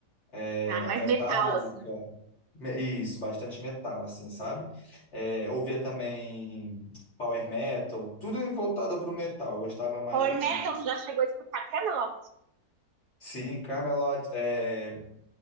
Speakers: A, on the left; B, on the right.
A: eh,
B: Ah, mais
A: Metallica,
B: metal, assim.
A: me- isso, bastante metal assim, sabe? Eh, ouvia também power metal, tudo voltado para o metal, eu gostava mais
B: Power metal, tu já chegou a escutar Camelot?
A: Sim, Camelot, é,